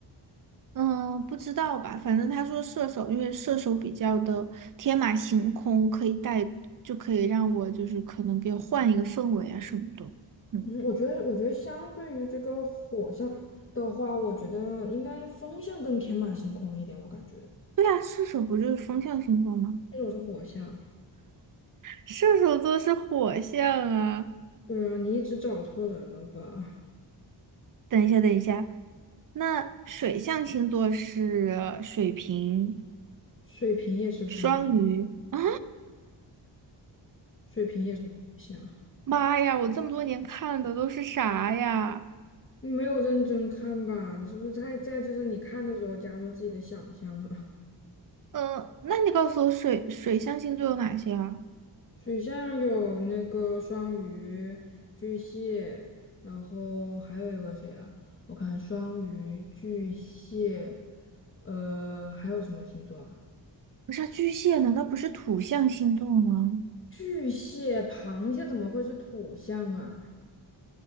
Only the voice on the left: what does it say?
嗯，我觉得我觉得相对于这个火象的话，我觉得应该风象更天马行空一点，我感觉。
但是我是火象，
对啊，你一直找错人了吧？
水瓶也是风象。
水瓶也是土象，
你没有认真看吧？你是不是在在就是你看的时候加入自己的想象啊？
水象有那个双鱼、巨蟹，然后还有一个谁啊？我看双鱼、巨蟹，呃，还有什么星座啊？
巨蟹、螃蟹怎么会是土象啊？